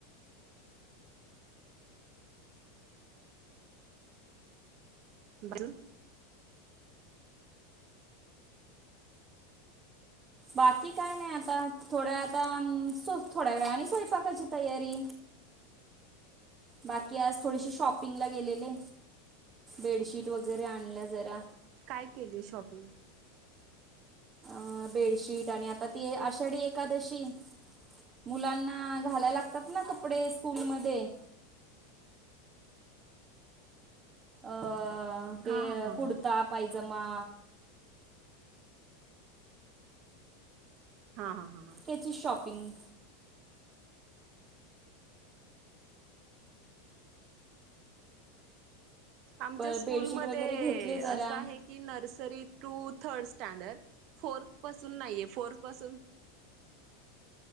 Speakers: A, on the right; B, on the right.
A: बोल
B: बाकी काय नाही आता थोड्या आता थोड्या वेळाने स्वयंपाकाची तयारी बाकी आज थोडीशी शॉपिंगला गेलेले. बेडशीट वगैरे आणल्या जरा
A: काय केली शॉपिंग?
B: अ बेडशीट आणि आता ती आषाढी एकादशी मुलांना घालाय लागतात ना कपडे स्कूलमध्ये अ
A: हा
B: ते
A: हा हा हा
B: कुर्ता पायजमा
A: हा हा हा ह
B: त्याची शॉपिंग
A: आमच्या
B: प
A: स्कूलमध्ये
B: बेडशीट वगैरे घेतले जरा
A: असं आहे. की nursery to third standard fourth पासून नाहीये. फोर्थ पासून